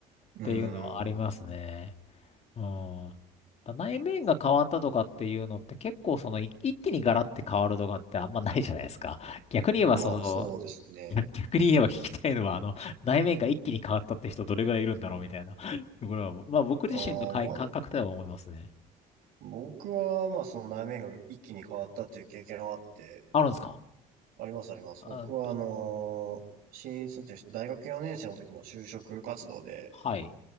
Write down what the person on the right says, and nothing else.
うー
ん。
まあまあ、
そうですね。
ああ、まあ、僕は、まあ、その内面が一気に変わったっていう経験はあって、
ありますあります。
僕は、
あのー新卒、大学4年生の時の就職活動で、